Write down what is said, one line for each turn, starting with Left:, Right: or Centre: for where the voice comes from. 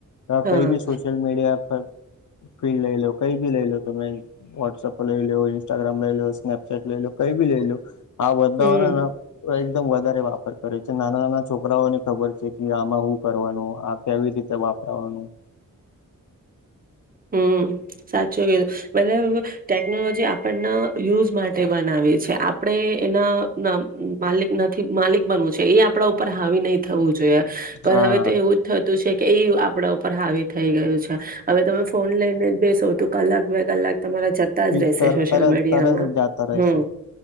Right: હા
Left: કઈબી સોશલમીડિયા પર ફીલ્ડ લઈ લો કઈ બી લઈ લો. તમે વોટસએપ લઈ લેવો, ઇન્સ્ટાગ્રામ લઈ લેવો, સ્નેપચેટ લઈ લેવો. કઈ બી લેઈ લેવો આ બધાં
Right: હમ્મ
Left: ક એકદમ વધારે વાપર કરે છે, નાના નાના છોકરાઓને ખબર છેકે આમાં હું કરવાનું આ કેવી રીતે વાપ પરવાનું.
Right: હમ્મ સાચું કીધું, મતલબ ટેકનોલોજી આપણનાં યુઝ માટે બના છે આપડે એના માલિક નથી માલિક બનવું છે એ આપ આપડા ઉપર હાવી નય થવું જોઈએ, પણ
Left: હા
Right: હવે તો એવું જ થતું છે કે આપડા ઉપર હાવી થઈ ગયું છે, હવે તમે ફ ને જ બેસો તો કલાક, બે કલાક તમારા જતાં
Left: એ
Right: જ રેહશે
Left: તર
Right: સોશિયલ
Left: તરત
Right: મીડિયામાં,
Left: તરત જ જાતા રહેશે
Right: હમ્મ.